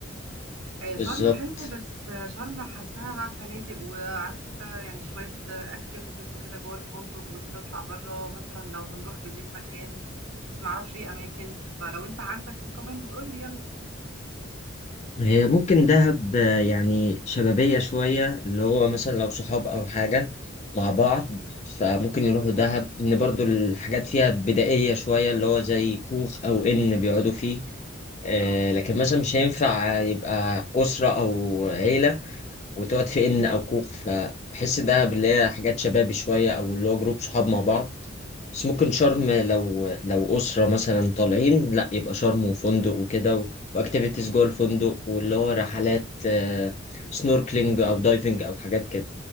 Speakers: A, on the right; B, on the left.
A: آه،
B: بالظبط
A: شرم حلوة بس آه، شرم حاساها بقى فنادق وعارف انت يعني شوية اكتيفيتيز وكده جوه الفندق ونطلع بره مثلا لو هنروح بالليل مكان بس معرفش ايه اماكن فلو انت عندك ريكومندد قول لي يلا
B: هي ممكن دهب آه، يعني شبابيه شويه اللي هو مثلا لو صحاب او حاجه مع بعض فممكن يروحوا دهب ان برضو الحاجات فيها بدائيه شويه اللي هو زي كوخ او ان بيقعدوا فيه آه،
A: اه
B: لكن مثلا مش هينفع يبقى اسره او عيله وتقعد في ان او كوخ فبحس دهب اللي هي حاجات شبابي شويه او اللي هو جروب صحاب مع بعض بس ممكن شرم لو لو اسره مثلا طالعين لا يبقى شرم وفندق وكده و- واكتيفيتيز جوه الفندق واللي هو رحلات آه، سنوركلينج او دايفنج او حاجات كده